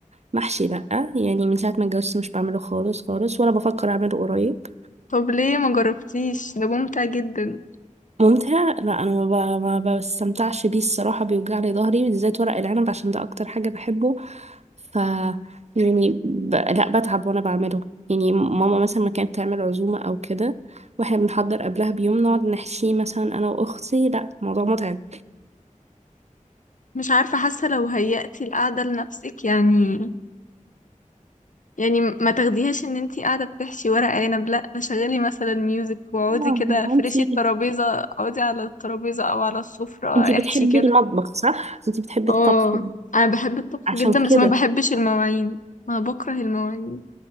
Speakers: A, on the right (about 55°); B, on the left (about 70°).
A: محشي لأ يعني من ساعة ما اتجوزت مش بعمله خالص خالص ولا بفكر أعمله قريب
B: طب ليه ما جربتيش ده ممتع جدا
A: ممتع لا أنا ما, ب... ما بستمتعش بيه الصراحة بيوجعلي ظهري بالذات ورق العنب عشان ده أكتر حاجة بحبه ف يعني ب... لا بتعب وانا بعمله يعني ماما مثلا ما كانت تعمل عزومة او كده واحنا بنحضر قبلها بيوم نقعد نحشيه مثلا انا واختي لا الموضوع متعب
B: مش عارفة حاسة لو هيأتي القعدة لنفسك يعني يعني ما تاخديهاش ان انتي قاعدة بتحشي ورق عنب لا شغلي مثلا ميوزك واقعدي
A: آه،
B: كده
A: ما
B: فرشي
A: انتي
B: الترابيزة اقعدي على الترابيزة او على السفرة
A: انتي بتحبي
B: احشي كده
A: المطبخ صح؟ انتي بتحبي
B: اه
A: الطبخ
B: انا بحب الطبخ
A: عشان
B: جدا بس
A: كده
B: ما بحبش المواعين انا بكره المواعين